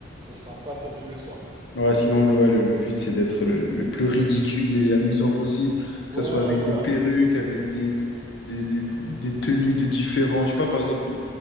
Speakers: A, on the right; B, on the left.
A: Ça sera pas pour tous les soirs.
B: Ouais, sinon, le, ouais, le, le but, c'est d'être le, le plus ridicule et amusant possible, que
A: Ouais,
B: ça soit avec
A: voilà.
B: des perruques, avec des, des, des, des tenues de différents, je sais pas, par exemple,